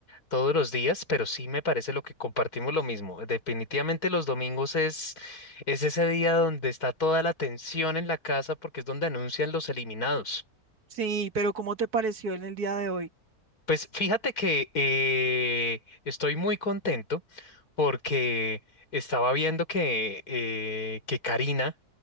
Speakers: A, on the left; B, on the right.
A: todos los días, pero sí me parece lo que compartimos lo mismo. Definitivamente los domingos es, es ese día donde está toda la tensión en la casa porque es donde anuncian los eliminados.
B: Sí, pero ¿cómo te pareció en el día de hoy?
A: Pues fíjate que eh, estoy muy contento porque estaba viendo que, eh, que Karina,